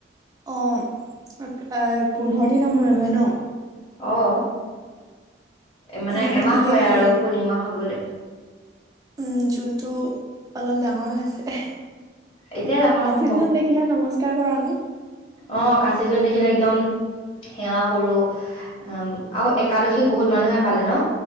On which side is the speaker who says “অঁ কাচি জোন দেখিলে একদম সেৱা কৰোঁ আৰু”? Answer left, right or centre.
Left